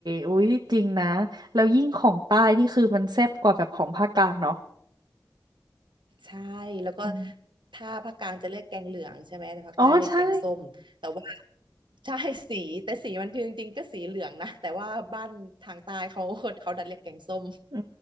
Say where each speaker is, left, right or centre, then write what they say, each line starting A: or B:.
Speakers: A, on the right; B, on the right.
A: อุ้ยจริงนะแล้วยิ่งของใต้นี่คือมันแซ่บกว่าแบบของภาคกลางเนาะ
B: ใช่แล้วก็
A: อ๋อ
B: ถ้าภาคกลางจะเรียกแกงเหลืองใช่ไหมแต่ภาคใต้เรียกแกงส้มแต่ว่า
A: อ๋อใช่
B: ใช่สีแต่สีมันจริงๆก็สีเหลืองนะแต่ว่าบ้านทางใต้เขาเขาดันเรียกแกงส้ม
A: อื